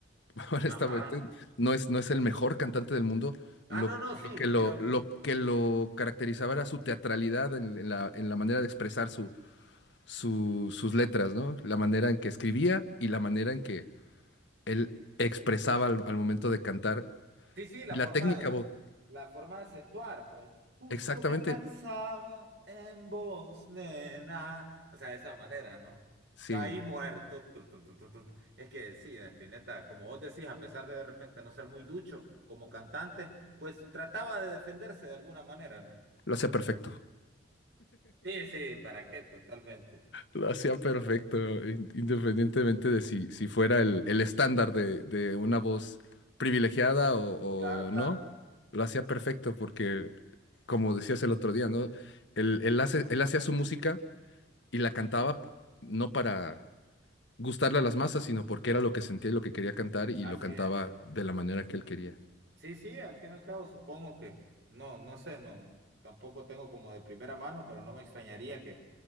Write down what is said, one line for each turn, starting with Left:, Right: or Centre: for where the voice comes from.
Left: <laughs> honestamente.
Right: Ajá.
Left: No es, no es el mejor cantante del mundo.
Right: Ah,
Left: Lo,
Right: no, no,
Left: lo
Right: sí,
Left: que lo,
Right: creo.
Left: lo que lo caracterizaba era su teatralidad en, en la, en la manera de expresar su, su- sus letras, ¿no? La manera en que escribía y la manera en que él expresaba al, al momento de cantar.
Right: Sí, sí, la
Left: Y la
Right: forma
Left: técnica
Right: de,
Left: vocal,
Right: la forma de acentuar, pues. Justo
Left: exactamente,
Right: que pensaba en vos, nena. O sea, de esa manera, ¿no?
Left: sí,
Right: Caí muerto. Tun, tun, tun, tun, tun. Es que sí, Spinetta, como vos decís, a pesar de de repente no ser muy ducho como cantante, pues trataba de defenderse de alguna manera, ¿no?
Left: lo hacía perfecto.
Right: Sí, sí, ¿para qué? Totalmente.
Left: Lo hacía perfecto, in- independientemente de si, si fuera el, el estándar de, de una voz privilegiada o,
Right: Claro, claro.
Left: o no, lo hacía perfecto porque, como decías el otro día, ¿no? Él, él hace- él hacía su música y la cantaba no para gustarle a las masas, sino porque era lo que sentía y lo que quería cantar y
Right: Así
Left: lo cantaba
Right: es.
Left: de la manera que él quería,
Right: Sí, sí, al fin y al cabo supongo que, no, no sé, no, tampoco tengo como de primera mano, pero no me extrañaría que